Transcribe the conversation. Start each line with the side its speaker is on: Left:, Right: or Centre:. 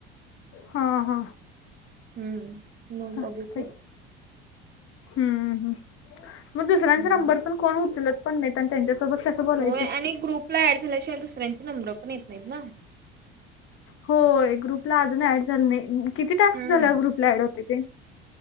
Left: हा हा.
Right: हम्म मग
Left: चालतंय
Right: बघू की
Left: हम्म हम्म. मग दुसऱ्यांचा
Right: हम्म
Left: नंबर पण कोण उचलत पण नाही आणि त्यांच्यासोबत कसं बोलायचं?
Right: होय आणि ग्रुपला ऍड झाल्याशिवाय दुसऱ्यांचे नंबर पण येत नाहीत ना.
Left: होय ग्रुपला अजून ऍड झालं नाही. किती टास्क
Right: हम्म.
Left: झाला ग्रुपला ऍड होतंय ते?